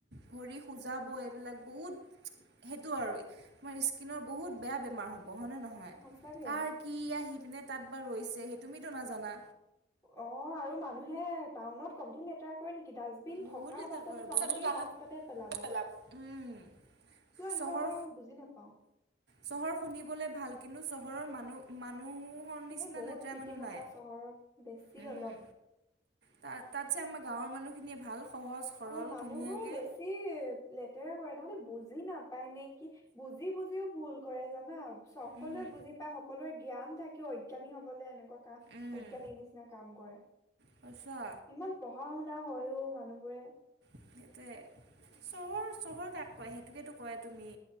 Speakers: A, on the right; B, on the left.
A: ভৰি খুজাব
B: উম
A: এইবিলাক বহুত সেইটো আৰু তোমাৰ স্কিনৰ বহুত বেয়া বেমাৰ হ'ব। হয় নে নহয়?
B: সঁচাকে
A: কাৰ কি আহি পিনে তাত বা ৰৈছে সেই তুমিতো নাজানা।
B: অ আৰু মানুহে টাউনত কমটি লেতেৰা কৰে নে ডাষ্টবিন
A: বহুত
B: থকাৰ
A: লেতেৰা
B: পাছতো
A: কৰে
B: তাহাঁতি
A: বহুত
B: ৰাস্তাতে পেলাব।
A: লেতেৰা উম
B: কিয় এনেকুৱা
A: চহৰ,
B: কৰে মই বুজি নাপাও
A: চহৰ শুনিবলৈ ভাল। কিন্তু চহৰৰ মানুহ মানুহ নিচিনা
B: এ বহুত
A: লেতেৰা
B: কৃত্ৰিমতা
A: নাই
B: চহৰত। বেছি
A: উম,
B: অলপ
A: ত তাতছে আমাৰ গাঁৱৰ মানুহখিনিয়ে ভাল। সহজ সৰল
B: অ মানুহবোৰে
A: ধুনীয়াকৈ
B: বেছি লেতেৰা কৰে, তাহতে বুজি নাপ পায় নে কি বুজি বুজিও ভুল কৰে জানা সকলোৱে
A: উম
B: বুজি পায় সকলোৰে জ্ঞান থাকে। কি অজ্ঞানী হ'বলে এনেকুৱা
A: উম
B: অজ্ঞানি নিচিনা কাম কৰে,
A: সঁচা
B: ইমান পঢ়া-শুনা না হয়ও মানুহবোৰে
A: সেইটোৱে চহৰ চহৰ কাক কয় সেইটোকেতো কয় তুমি